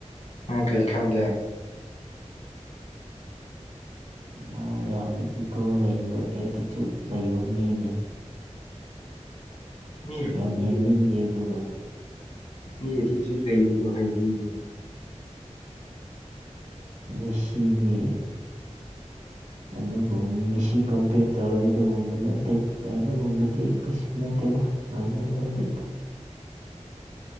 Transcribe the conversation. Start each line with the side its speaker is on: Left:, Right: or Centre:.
Left: ꯅꯪ ꯀꯩ ꯈꯪꯒꯦ
Right: ꯃꯥ ꯌꯥꯝꯅ ꯏꯒꯣ ꯂꯩꯕ ꯑꯦꯇꯤꯇꯨꯠ ꯂꯩꯕ ꯃꯤꯅꯤ
Left: ꯃꯤ ꯍꯩꯕꯗꯨ
Right: ꯌꯥꯝ ꯌꯦꯡꯅꯤꯡꯗꯦ ꯑꯗꯨꯗ‌ꯣ
Left: ꯃꯤ ꯑꯦꯇꯤꯆ꯭ꯨꯠ ꯂꯩꯔꯤꯗꯣ ꯍꯥꯏꯕꯩꯅꯤꯅ‌ꯦ
Right: ꯃꯦꯁꯤꯗꯤ ꯑꯗꯨꯒ ꯃꯦꯁꯤ ꯀꯝꯄꯤꯌꯔ ꯇꯧꯔꯗꯤ ꯑꯗꯨꯒꯨꯝꯕ ꯅꯠꯇꯦ ꯑꯗꯨꯒꯨꯝꯕꯗꯤ ꯀꯩꯁꯨ ꯅꯠꯇꯦꯗ ꯔ‌ꯣꯅꯥꯜꯗ‌ꯣ ꯗꯤ